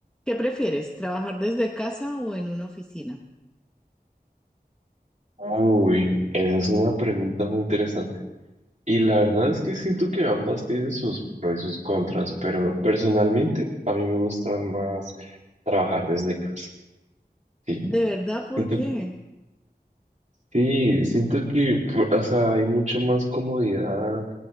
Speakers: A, in the centre; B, on the right.
A: ¿Qué prefieres, trabajar desde casa o en una oficina?
B: Uy, esa es una pregunta muy interesante. Y la verdad es que siento que ambas tienen sus pros y sus contras, pero personalmente a mí me gusta más trabajar desde casa. Sí,
A: ¿De verdad por
B: siento,
A: qué?
B: sí, siento que, por- o sea, hay mucha más comodidad.